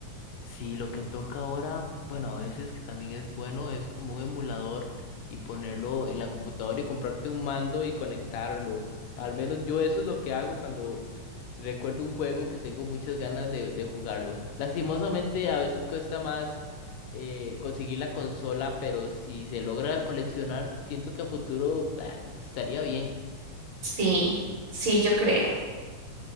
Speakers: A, on the left; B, on the right.
A: Sí, lo que toca ahora, bueno, a veces que también es bueno, es como un emulador y ponerlo en la computadora y comprarte un mando y conectarlo. Al menos yo eso es lo que hago cuando Recuerdo un juego que tengo muchas ganas de, de jugarlo. Lastimosamente, a veces cuesta más eh, conseguir la consola, pero si se logra coleccionar, siento que a futuro ah, estaría bien.
B: Sí, sí, yo creo.